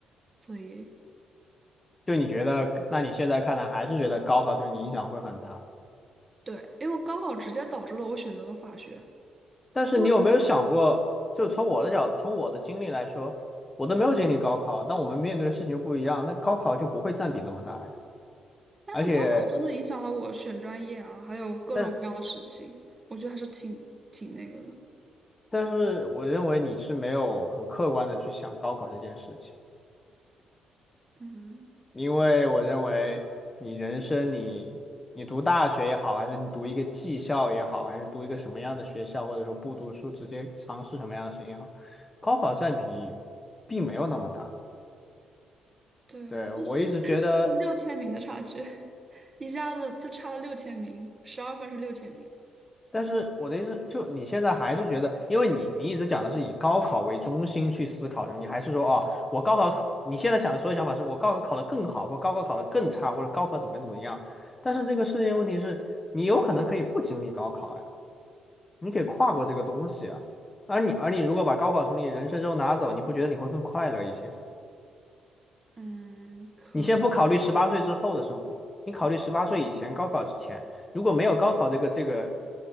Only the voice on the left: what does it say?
就你觉得，那你现在看来还是觉得高考对你影响会很大，
但是你有没有想过，
就从我的角，从我的经历来说，我都没有经历高考，但我们面对的事情就不一样，那高考就不会占比那么大呀，
而且。
但。
但是我认为你是没有很客观的去想高考这件事情，
因为我认为你人生你你读大学也好，还是你读一个技校也好，还是读一个什么样的学校，或者说不读书直接尝试什么样的事情也好，高考占比并没有那么大。
对，
我一直觉得，
但是我的意思，就你现在还是觉得，因为你你一直讲的是以高考为中心去思考的，你还是说哦，我高考，你现在想的所有想法是我高考考得更好，或高考考得更差，或者高考怎么怎么样。但是这个世界问题是，你有可能可以不经历高考呀，你可以跨过这个东西啊。而你而你如果把高考从你人生中拿走，你不觉得你会更快乐一些吗？
你先不考虑十八岁之后的生活，你考虑十八岁以前高考之前，如果没有高考这个这个